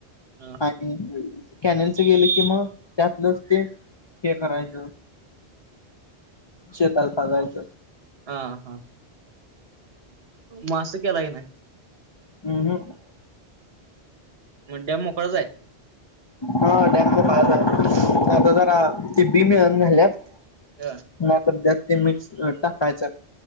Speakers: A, on the right; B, on the left.
A: <unintelligible>
B: आणि कॅनलच गेल कि मग त्यातलंच ते हे करायच. शेताला पाजायच.
A: ह हा मासे केलय की नाही?
B: उम्म हम्म
A: मग डॅम मोकळाच आहे.
B: ह डॅम मोकळाच आहे. आता जरा ते बीन झाल्यात.
A: <unintelligible>
B: नाही तर ते मिक्स टाकायच.